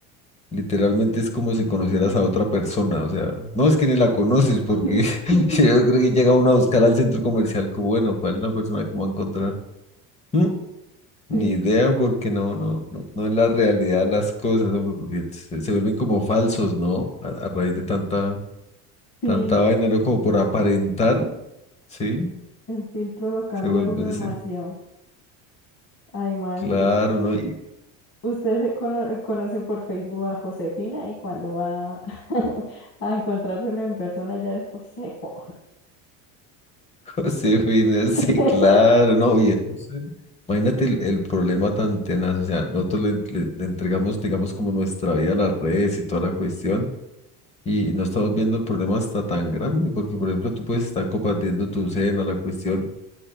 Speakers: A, on the left; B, on the left.
A: literalmente es como si conocieras a otra persona, o sea, no es que ni la conoces, porque
B: <laughs>
A: <laughs> yo creo que llega uno a buscar al centro comercial como, bueno, ¿cuál es la persona que me va a encontrar? Mm, Ni
B: Sí,
A: idea, porque no, no, no, no es la realidad las cosas, hombre, porque se, se vuelven como falsos, ¿no? A, a raíz de tanta,
B: sí,
A: tanta vaina, ¿no? Como por aparentar, ¿sí?
B: el filtro lo cambia
A: Se vuelve,
B: uno demasiado.
A: ese-
B: Además,
A: claro,
B: eh,
A: ¿no?
B: usted se cono- conoce por Facebook a Josefina y cuando va <laughs> a encontrarse uno en persona ya es Josefo.
A: Josefina, sí,
B: <laughs>
A: claro, no, y entonces, imagínate el, el problema tan tenaz, o sea, nosotros le, le- le entregamos, digamos, como nuestra vida a las redes y toda la cuestión, y no estamos viendo el problema hasta tan grande, porque, por ejemplo, tú puedes estar compartiendo tu cena, la cuestión,